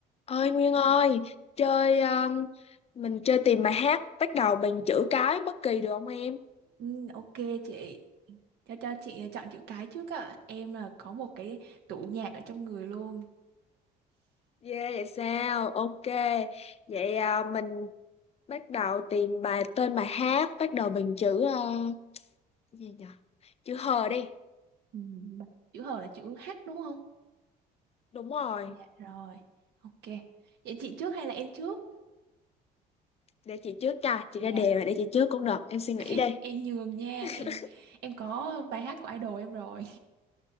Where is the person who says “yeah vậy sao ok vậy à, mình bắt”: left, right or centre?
Left